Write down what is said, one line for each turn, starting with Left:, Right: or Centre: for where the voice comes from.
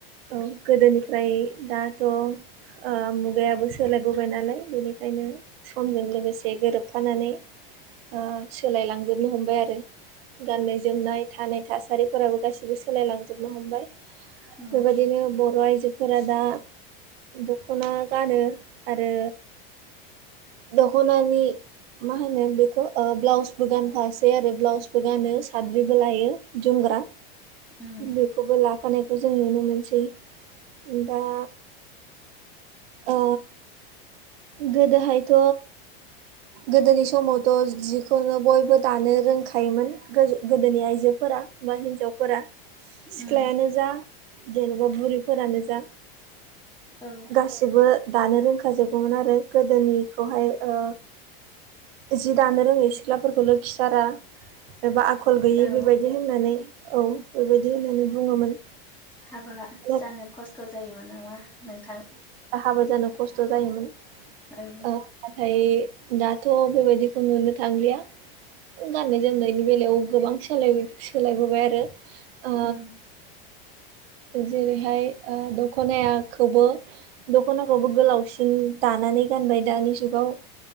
Right: औ गोदोनिफ्राय दाथ' ओ मुगायाबो सोलायबोबाय नालाय बेनिखायनो समजों लोगोसे गोरोबफानानै ओ सोलायलांजोबनो हमबाय आरो गाननाय जोमनाय थानाय थासारिफोराबो गासिबो सो सोलायलांजोबनो हमबाय
Centre: उम
Right: बेबायदिनो बर' आइजो फोर दा दखना गानो आरो दखनानि मा होनो बेखौ ओ ब्लाउसबो गानफासै आरो ब्लाउसबो गानो साद्रिबो लायो जुमग्रा
Centre: उम
Right: बेखौबो लाफानायखौ जों नुनो मोनसै दा अ गोदोहायथ' गोदोनि समावथ' जिखौनो बयबो दानो रोंखायोमोन गोदोनि आइजोफोरा बा हिन्जावफोरा सिख्लायानो
Centre: उम
Right: जा जेनेबा बुरिफोरानो जा
Centre: औ
Right: गासै जेबो दानो रोंखाजोगौमोन आरो गोदोनिखौहाय ओ जि दानो रोङै सिख्लाफोरखौल' लोक्षिसारा एबा खल गैयि
Centre: औ
Right: बेबायदि होननानै औ बेबायदि होननानै बुङोमोन
Centre: हाबा जानो
Right: औ
Centre: खस्थ' जायोमोन नामा नोंथां
Right: बा जानो खस्थ' जायोमोन
Centre: औ
Right: नाथाय दाथ' बेबायदिखौ नुनो थांलिया गाननाय जोमनायनि बेलायाव गोबां सोलाय सोलायबोबाय आरो ओ
Centre: उम
Right: जेरैहाय ओ दखनाया खौबो दखनाखौबो गोलावसिन दानानै गानबाय दानि जुगाव